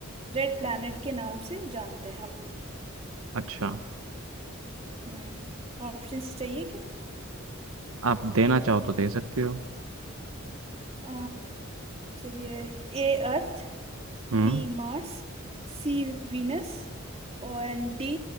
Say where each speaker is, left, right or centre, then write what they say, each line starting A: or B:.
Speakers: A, on the right (about 30°); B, on the right (about 90°).
A: रेड प्लैनेट के नाम से जानते हैं हम लोग
B: अच्छा
A: हम्म ऑप्शंस चाहिए क्या
B: आप देना चाहो तो दे सकते हो
A: अ, चलिए A Earth
B: हम्म
A: B Mars C Venus और डी